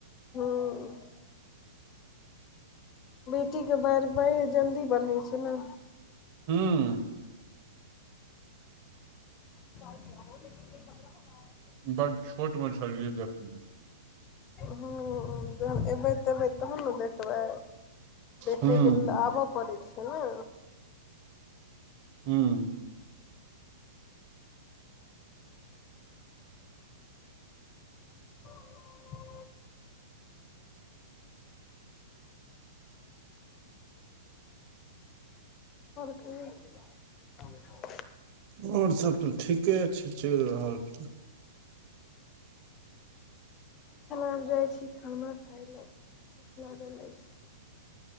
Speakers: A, on the left; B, on the right.
A: हूं बेटीके पैर बाढ़ि पढ़ जल्दी बढ़ै छै ने
B: ह्म्म
A: <inaudible>
B: बड छोट म छलैये देखने
A: ह्म्म जब एबै तबै तऽनू देख बे, देखैके
B: हूँ
A: लेल आबऽ पड़ैत छै ने?
B: हूँ
A: <inaudible> <unintelligible>
B: आओर सब तऽ ठीके छै, चलि रहल छी।
A: चला अब जाय छी खाना खाय ल, भूख लागल अइच।